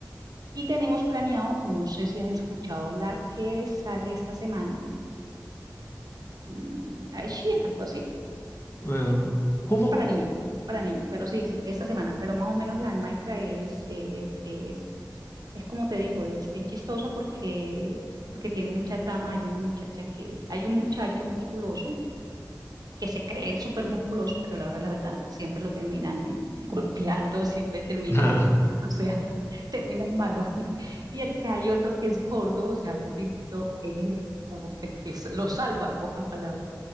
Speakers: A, on the right; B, on the left.
A: Y tenemos planeado, no sé si has escuchado la que sale esta semana, mm, ay, sí, algo así,
B: Em, ¿cómo?
A: es para niños, es para niños, pero sí, sí, esta semana, pero más o menos la de Minecraft es, es, es Es como te digo, es, es chistosa porque, porque tiene mucha trama. Hay una muchacha que, hay un muchacho musculoso que se cree el súper musculoso, pero a la hora de la verdad siempre lo terminan <laughs> golpeando, siempre termina,
B: <laughs>
A: o sea, <laughs> termina el malo. <laughs> Y el que hay otro que es gordo, o sea, gordito y todo, él es el- como que el que s- lo salva en pocas palabras.